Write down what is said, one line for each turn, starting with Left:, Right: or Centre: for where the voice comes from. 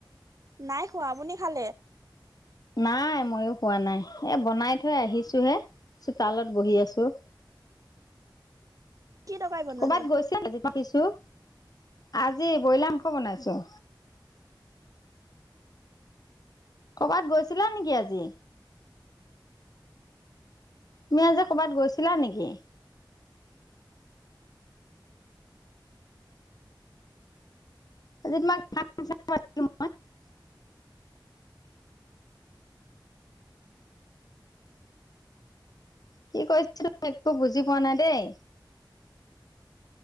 Right: নাই খোৱা, আপুনি খালে?
Left: নাই ময়ো খোৱা নাই, এ বনাই থৈ আহিছোহে চোতালত বহি আছোঁ।
Right: কি তৰকাৰি বনালে
Left: ক'বাত গৈছিল নেকি আজি দেখিছোঁ। আজি ব্ৰ'ইলাৰ মাংস বনাইছো। কৰবাত গৈছিলা নেকি আজি? তুমি আজি কৰ'বাত গৈছিলা নেকি? আজি তোমাক <unintelligible> কি কৈছিলো একো বুজি পোৱা নাই দেই।